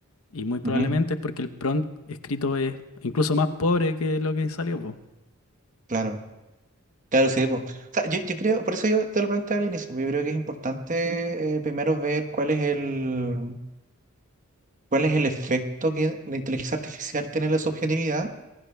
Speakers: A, on the left; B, on the right.
A: y muy probablemente
B: ujú,
A: es porque el prompt escrito es incluso más pobre que lo que salió, po.
B: claro. Claro, sí. po. O sea, yo, yo creo, por eso yo te lo planteaba al inicio, porque yo creo que es importante eh, primero ver cuál es el, cuál es el efecto que la inteligencia artificial tiene en la subjetividad.